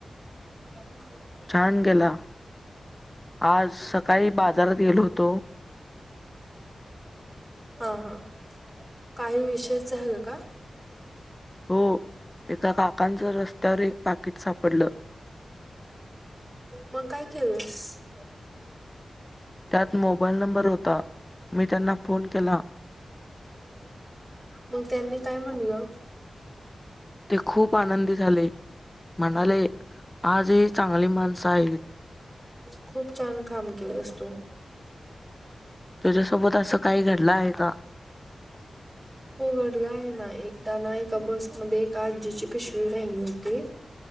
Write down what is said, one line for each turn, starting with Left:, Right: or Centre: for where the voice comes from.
Right: <unintelligible>
Left: छान गेला, आज सकाळी बाजारात गेलो होतो.
Right: हा हा, काही विशेष झालं का?
Left: हो, एका काकांचं रस्त्यावर एक पाकीट सापडलं.
Right: मग काय केलसं?
Left: त्यात मोबाईल नंबर होता मी त्यांना फोन केला.
Right: मग त्यांनी काय म्हलं?
Left: ते खूप आनंदी झाले म्हणाले आज ही चांगली माणसं आहेत.
Right: खूप छान काम केलंस तू.
Left: तू ज्यासोबत असं काही घडलं आहे का?
Right: हो घडल आहे ना एकदा ना एका बसमध्ये एका आजीची पिशवी राहिली होती